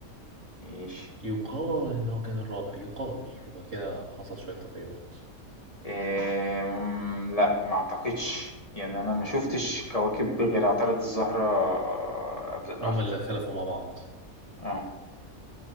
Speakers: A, on the left (about 25°); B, on the right (about 60°).
A: ماشي
B: يقال إن هو كان الرابع يقال وبعد كده حصل شوية تغيرات
A: آمم، لأ ما أعتقدش يعني أنا ما شُفتش كواكب غير عطارد، الزهرة قبل الأرض
B: هما اللي خلفوا مع بعض
A: آه،